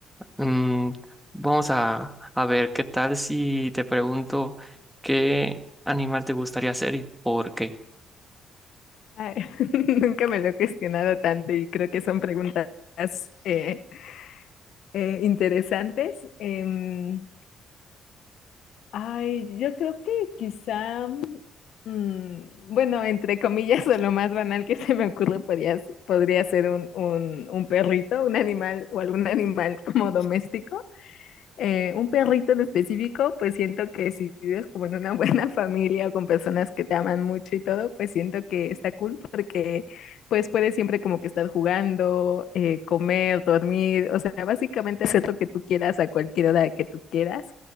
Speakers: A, in the centre; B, on the left.
A: Mm, vamos a, a ver, ¿qué tal si te pregunto qué animal te gustaría ser y por qué?
B: Ay, <laughs> nunca me lo he cuestionado tanto y creo que son preguntas eh, eh, interesantes. Em, ay, yo creo que quizá, mm, bueno, entre comillas, <laughs> o lo más banal que se me ocurre podría, podría ser un, un, un perrito, un animal o algún <laughs> animal como doméstico. eh, un perrito en específico, pues siento que si vives como en una <laughs> buena familia o con personas que te aman mucho y todo, pues siento que está cool porque pues puedes siempre como que estar jugando, eh, comer, dormir, o sea, básicamente hacer lo que tú quieras a cualquier hora que tú quieras.